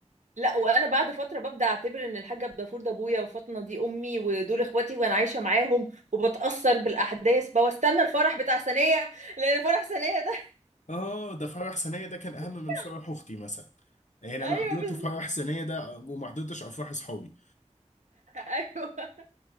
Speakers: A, on the right; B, on the left.
A: لا وانا بعد فتره ببدا اعتبر ان الحاج عبد الغفور ده ابويا وفاطمه دي امي ودول اخواتي وانا عايشه معاهم وبتاثر بالاحداث بقى واستنى الفرح بتاع سنيه لان فرح سنيه ده
B: اه ده فرح سنية ده كان اهم
A: <laughs>
B: من فرح اختي مثلا يعني
A: ايوه
B: انا حضرت
A: بالظبط
B: فرح سنية ده وما حضرتش افراح اصحابي
A: ايوه <laughs>